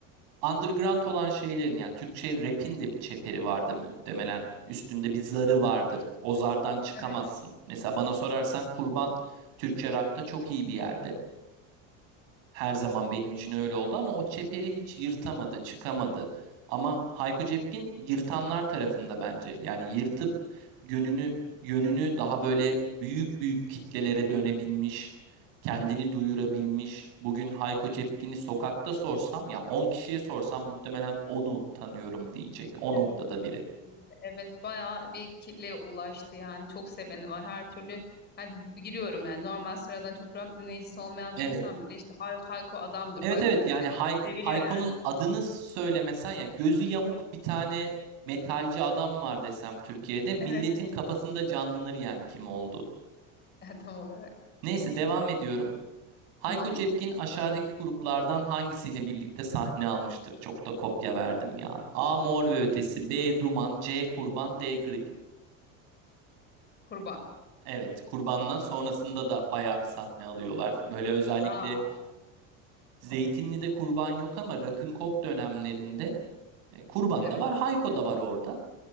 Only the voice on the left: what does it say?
Evet,
evet
kesinlikle
kesinlikle. Evet bayağı bir kitleye ulaştı yani çok seveni var her türlü hadi giriyorum yani normal sıradan çok rock dinleyicisi olmayan
bir insan bile işte Hay- Hayko adamdır
Hayko
şöyledir
seviliyor
yani.
Evet.
<laughs> Tam olarak.
Tamam
kurban.
Aa.
Evet,